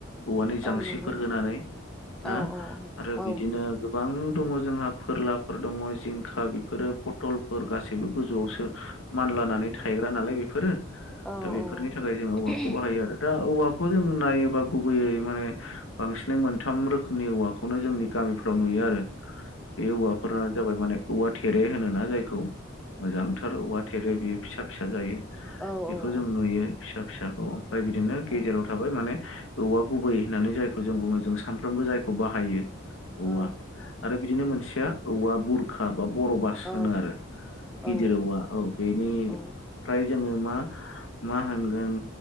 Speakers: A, on the left; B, in the centre.
A: औवानि
B: औ
A: जांसिफोर
B: नंगौ नोंथां
A: होनानै ना
B: औ औ
A: आरो
B: औ
A: बिदिनो गोबां दङ जोंहा फोरलाफोर दङ जिंखा बेफोरो पथलफोर गासैबो गोजौआवसो मानलानानै थायग्रा नालाय बेफोरो। दा
B: औ
A: बेफोरनि थाखाय जों
B: औ
A: औवाखौ बाहायो आरो दा औवाखौ जों नायो बा गुबैयै माने बांसिनै मोनथाम रोखोमनि औवाखौनो जोंनि गामिफ्राव नुयो आरो बे औवाफोरा जाबाय माने औवा थेरे होनो ना जायखौ। मोजांथार औवा थेरे बियो फिसा फिसा जायो।
B: औ
A: बेखौ जों
B: औ
A: नुयो फिसा फिसाखौ ओमफ्राय बिदिनो
B: औ
A: गेजेराव थाबाय माने। औवा गुबै होननानै जायखौ जों बुङो जों सानफ्रोमबो जायखौ बाहायो। औवा
B: औ
A: आरो बिदिनो
B: औ
A: मोनसेया औवा बुरखा। बा बर' बास
B: औ
A: होनो आरो
B: औ
A: गिदिर औवा औ बेनिफ्राय
B: औ
A: जोङो मा। मा होनगोन